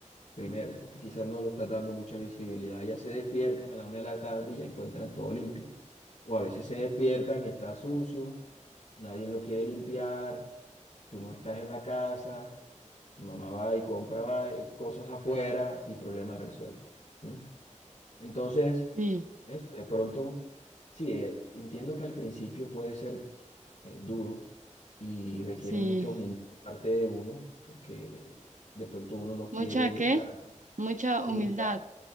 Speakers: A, on the left; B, on the right.
A: primero, porque quizás no lo estás dando mucha visibilidad. Ya se despiertan a la una de la tarde y ya encuentran todo limpio. O a veces se despiertan y está sucio, nadie lo quiere limpiar, tú no estás en la casa, tu mamá va y compra va- eh, cosas afuera y problema resuelto. ¿Mm? Entonces,
B: sí,
A: es- de pronto, sí, eh, entiendo que al principio puede ser eh, duro y requiere
B: sí.
A: mucha humildad de parte de uno, porque de pronto uno no quiere
B: ¿Mucha qué?
A: estar
B: Mucha
A: humildad.
B: humildad.